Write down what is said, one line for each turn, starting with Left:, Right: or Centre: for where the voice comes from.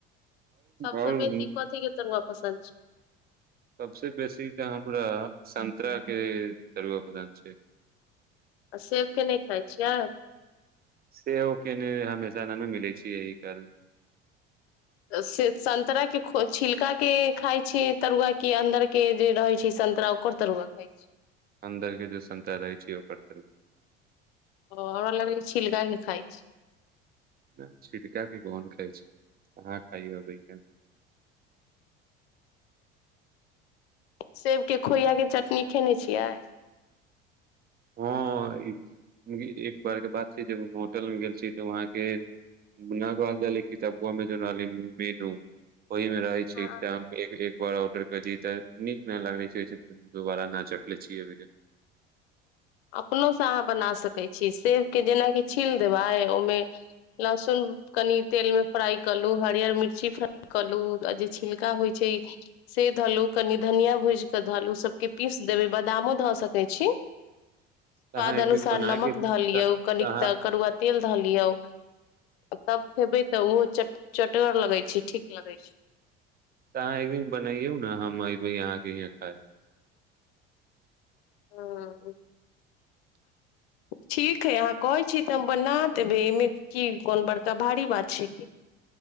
Left: सबसे
Right: आओर
Left: बेसि‌ कथीक तरुआ पसंद छै
Right: सबसे बेसी तऽ हमरा संन्तरा के तरुआ पसन्द छै
Left: आ सेबके नहि खाइ छियै
Right: सेब ओ के ने हमेशा नहि ने मिलै छै यह कारण
Left: से संतरा के छिलका के खाय छि तरुआ के अन्दर के जे रहे छै संतरा ओकर तरुआ खै छी
Right: अन्दर के ज संतरा रहै छै ओकर
Left: ओ हमरा लगलै छिलका के खाई छियै
Right: नहि छिलका के कोन खाइ छै अहाँ खाइ हेबै कहि
Left: सेब के खोइआ के चटनी खेने छियै
Right: हँ एक बार के बात छै जब हम होटल मे गेल छी तऽ वहाँके मुनाग अञजली क तब अमे उनी मेन <inaudible> ओहि मे रहै छै
Left: हँ
Right: एक बार औडर केलिए तऽ नीक न लागे छै दुोबारा ना चखले छियै
Left: अपनोसँ अहाँ बना सकैत छियै सेब के जेनाकि छील देबै ओहिमे लहसुन कनि तेल में फ्राई कलू हरियर मिर्ची फ्राई कलू जे छिलका होइ छै से धलु कनि धनिया भूज के धलू सबके पीस देबै बादामो धऽ सकैत छी
Right: तऽ
Left: स्वाद
Right: अहाँ एक
Left: अनुसार
Right: दिन बना
Left: नमक
Right: के तऽ
Left: धऽ लियौ
Right: तऽ
Left: कनिक
Right: अहाँ
Left: तऽ करुआ तेल धऽ लियौ तब खेबै तऽ ओहो च चटगर लगै छै ठीक लगै छै
Right: तऽ अहाँ एक दिन बनैयौ ने हम एयबे अहाँके यहां खाय <inaudible>
Left: ह ठीक हइ अहाँ कहैत छी तऽ हम बना देबै एहिमे की कोन बड़का भारी बात छै कि